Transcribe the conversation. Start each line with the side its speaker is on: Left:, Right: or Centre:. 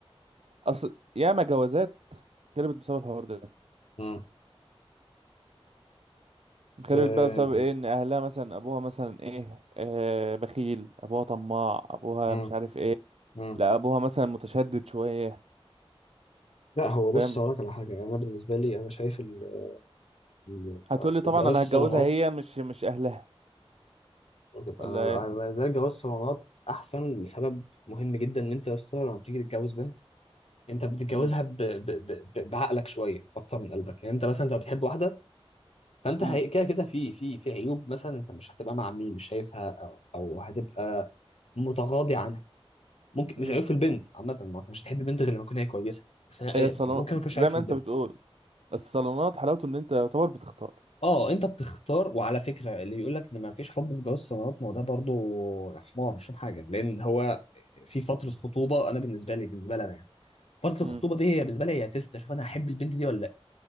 Right: اصل ياما جوازات خربت بسبب الحوار ده
Left: مم.
Right: خربت
Left: آه،
Right: بقى بسبب ايه ان اهلها مثلا ابوها مثلا ايه آه بخيل ابوها طماع ابوها
Left: مم.
Right: مش عارف ايه
Left: مم.
Right: لا ابوها مثلا متشدد شويه
Left: لا هو بص
Right: فاهم
Left: هقولك على حاجة أنا بالنسبة لي أنا شايف ال- ال-
Right: هتقولي طبعا
Left: الجواز
Right: انا
Left: صالونات
Right: هتجوزها هي مش مش اهلها
Left: أنا
Right: ولا ايه
Left: أنا بالنسبة لي جواز صالونات أحسن لسبب مهم جدا إن أنت يا اسطى لما بتيجي تتجوز بنت أنت بتتجوزها
Right: امم
Left: ب... ب... ب... ب- بعقلك شوية أكتر من قلبك يعني أنت مثلا لو بتحب واحدة فأنت
Right: امم
Left: هي... كده كده في في في عيوب مثلا أنت مش هتبقى مع مين مش شايفها أو أو هتبقى متغاضي عن ممكن
Right: امم
Left: مش عيب في البنت عامة ما انت مش هتحب البنت غير لما تكون هي كويسة بس انا أي-
Right: هي الصالون
Left: ممكن ما يكونش
Right: زي
Left: عيب في
Right: ما
Left: البنت
Right: انت بتقول الصالونات حلاوته ان انت يعتبر بتختار
Left: اه انت بتختار وعلى فكرة اللي يقول لك ان ما فيش حب في جواز الصالونات ما هو ده برضه حمار مش فاهم حاجة لان هو في فترة خطوبة انا بالنسبة لي بالنسبة لي انا يعني فترة الخطوبة
Right: امم
Left: دي هي بالنسبة لي هي تيست اشوف انا هحب البنت دي ولا لا